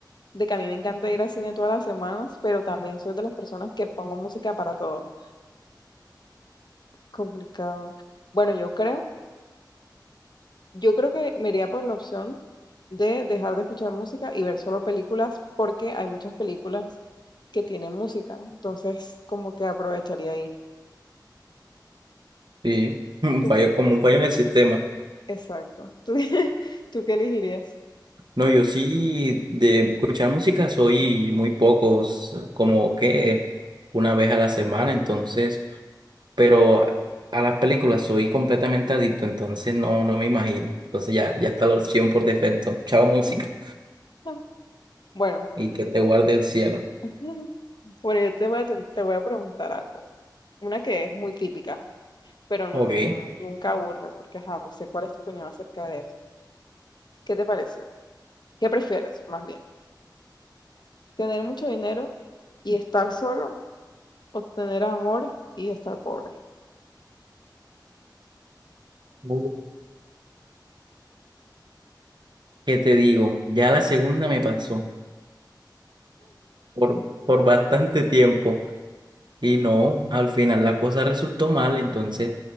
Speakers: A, on the left; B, on the right.
A: de que a mí me encanta ir al cine todas las semanas, pero también soy de las personas que pongo música para todo. Complicado. Bueno, yo creo, yo creo que me iría por la opción de dejar de escuchar música y ver solo películas porque hay muchas películas que tienen música, entonces como que aprovecharía ahí.
B: Sí, <laughs> un
A: Tú,
B: fallo, como un fallo en el sistema.
A: exacto. ¿Tú, <laughs> tú qué elegirías?
B: No, yo sí de escuchar música soy muy pocos, como que una vez a la semana, entonces, pero a las películas soy completamente adicto, entonces no, no me imagino. Entonces ya, ya está la opción por defecto. Chao música
A: Ah, Bueno,
B: y que te guarde el cielo.
A: <laughs> bueno, yo te voy a, te voy a preguntar algo. Una que es muy típica. pero no-
B: Ok,
A: nunca aburre, porque ajá, no sé cuál es tu opinión acerca de esto. ¿Qué te parece? ¿Qué prefieres, más bien? ¿Tener mucho dinero y estar solo o tener amor y estar pobre?
B: Uh, ¿qué te digo? Ya la segunda me pasó por, por bastante tiempo. Y no, al final la cosa resultó mal, entonces